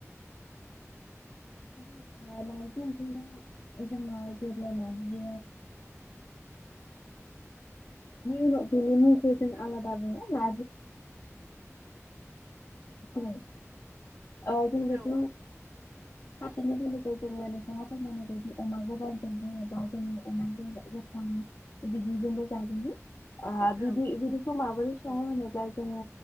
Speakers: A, on the left; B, on the right.
A: <inaudible> <inaudible> गुलिजोबो बिनि उनाव बिनि मुंखौ जों
B: औ
A: आलादा बुङो <inaudible> आ जों बेखौ
B: औ ओं
A: <inaudible> <unintelligible> बिदिजोंबो जाजायो आ
B: औ
A: बिदि
B: औ
A: बिदिखौ माबोरै सङो होनोब्ला जोङो